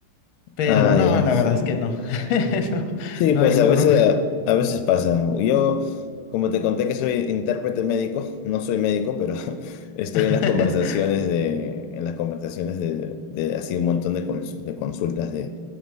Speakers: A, on the left; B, on the left.
A: Pero
B: Ah,
A: no,
B: ya,
A: la
B: sí.
A: verdad es que no. <laughs> No,
B: Sí,
A: no
B: pues
A: hay forma.
B: a veces, a, a veces pasa. Yo, como te conté que soy intérprete médico, no soy médico, pero <laughs> estoy
A: <laughs>
B: en las conversaciones de, en las conversaciones de, de así un montón de, cons- de consultas de,